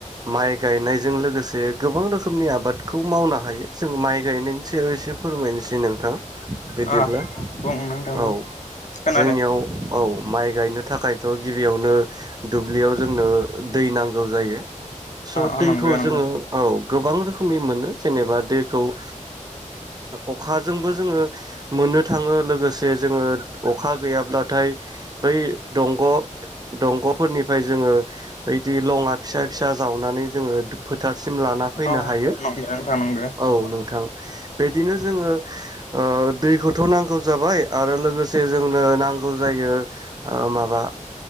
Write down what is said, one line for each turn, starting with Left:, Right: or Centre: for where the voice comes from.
Right: माइ गायनायजों लोगोसे गोबां रोखोमनि आबादखौ मावनो हायो। जों माइ गायनायनि सायाव एसे फोरमायनोसै नोंथां। बिदिब्ला
Left: अ बुं नोंथां बुं
Right: औ
Left: खोनादों
Right: जोंनियाव औ माइ गायनो थाखायथ' गिबियावनो दुब्लियाव जोंनो दै नांगौ जायो। स'
Left: अ
Right: दैखौ
Left: नंगौ नंगौ
Right: जोङो औ। गोबां रोखोमै मोनो जेनेबा दैखौ ओ अखाजोंबो जोङो मोनो थाङो लोगोसे जोङो अखा गैयाब्लाथाय बै दंग दंग'फोरनिफ्राय जोङो बिदि लङा फिसा फिसा जावनानै जोङो फोथारसिम लाना फैनो
Left: अ
Right: हायो। औ
Left: नंगौ नोंथां नंगौ
Right: नोंथां। बिदिनो जोङो ओ दैखौथ' नांगौ जाबाय। आरो लोगोसे जोंनो नां गौ जायो ओ माबा